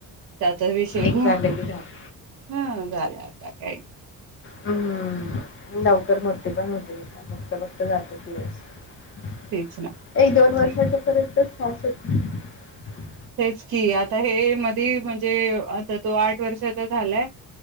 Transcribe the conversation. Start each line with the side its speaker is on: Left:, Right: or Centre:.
Right: त्याचा विषयच
Left: एक झालं की झालं.
Right: हं झाल आता ये
Left: हम्म लवकर मोठेपण होतेत आता बघता बघता जातेत दिवस
Right: तेच ना
Left: एक दोन वर्षाच्या
Right: नाही
Left: पर्यंतच <unintelligible>
Right: की आता हे मधी म्हणजे आता तो आठ वर्षाचा झालाय